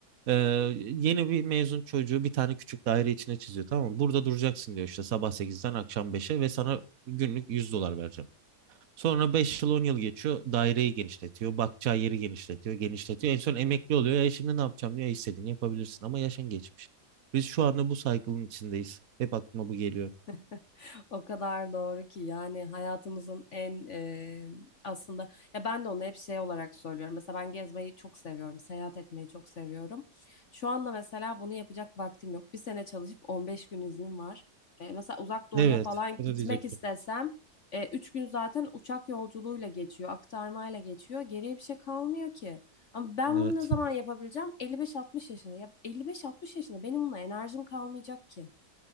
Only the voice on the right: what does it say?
Ee, yeni bir mezun çocuğu bir tane küçük daire içine çiziyor tamam mı? Burada duracaksın diyor işte sabah sekizden akşam beşe ve sana günlük 100 dolar vereceğim. Sonra 5 yıl 10 yıl geçiyor daireyi genişletiyor. Bakacağı yeri genişletiyor genişletiyor. En son emekli oluyor. E şimdi ne yapacağım diyor. E istediğini yapabilirsin ama yaşın geçmiş. Biz şu anda bu saygının içindeyiz. Hep aklıma bu geliyor.
Evet.
Bunu
diyecektim.
Evet.